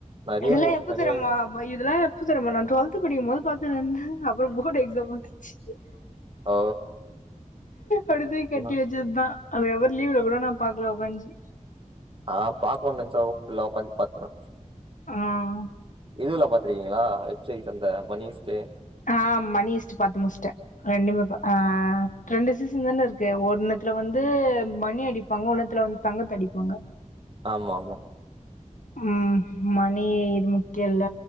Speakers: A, on the right; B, on the left.
A: நறைய
B: இதெல்லா
A: மூ
B: எப்ப
A: நறைய
B: தெரியுமா இதெல்லா எப்ப தரமா நான் டுவெல்த் படிக்கும்போது பாத்து இருந்தன் அப்புறம் போர்டு எக்ஸாம் வந்துச்சு
A: ஓ
B: அடுத்து கட்டி
A: நா
B: வச்ச தா அ எ லீவ்ல கூட நா பாக்கலா கஞ்சி
A: ஆஹ் பாக்கோணு நெனைச்சா ஊட்டுக்குள்ள உக்காந்து பாத்துருவ
B: ஆஹ்
A: இதுவுல பாத்துருக்கீங்களா வெப்சைட் அந்த மனிஸ்ட்டு
B: ஆஹ் மணிஸ்ட்டு பாத்து முடிச்சிட்டே ரெண்டுமே ஆஹ் ரெண்டு சீசன் தானே இருக்கு ஒண்ணுத்துல வந்து மணி அடிப்பாங்க ஒன்னுத்துல வந்து தங்கத்த அடிப்பாங்க
A: ஆமா ஆமா
B: உம் மணி இது முக்கிய இல்ல